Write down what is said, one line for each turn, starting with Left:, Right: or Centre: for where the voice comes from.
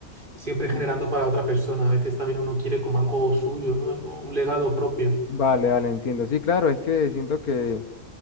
Right: siempre generando
Left: Mm,
Right: para otra persona. A veces también uno quiere como algo suyo, ¿no? Algo, un legado propio.
Left: Vale, vale, entiendo. Sí, claro, es que siento que,